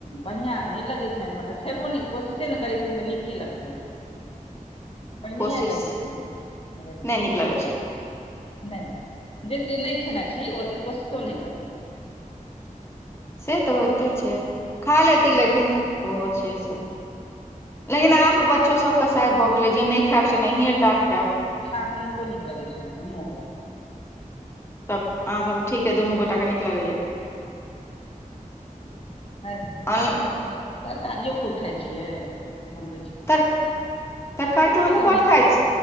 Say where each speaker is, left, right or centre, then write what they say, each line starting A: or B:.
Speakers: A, on the left (about 45°); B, on the left (about 20°).
A: बढ़िआँ नइ लगैत छनि मतलब खेबो नइ कोशिशे नइ करै छथिन तऽ नीक की लगत पहिनहिए
B: कोशिश
A: कहि देथिन
B: नहि नीक लगै छै
A: नइ जे चीज नइ खेनाइ छी ओ चीज कोशिश नइ करती
B: से तऽ होइते छै
A: देथिन
B: खा लेती लेकिन ओहो छै से लेकिन आब बच्चोसभ कसाइ भऽ गेलै, जे नहि खायब से नहिएटा खायब।
A: अहाँके हनको नीक लगैत छनि, नुनुके?
B: सभ अहाँसभ ठीक यए, दुनू गोटाके नीक लगैए।
A: कथ
B: अन
A: त <unintelligible> तरकारी खूब खाइ छियै, बनब।
B: तर तरकारी तऽ हमहूँ बड़
A: नीक
B: खाइ छी।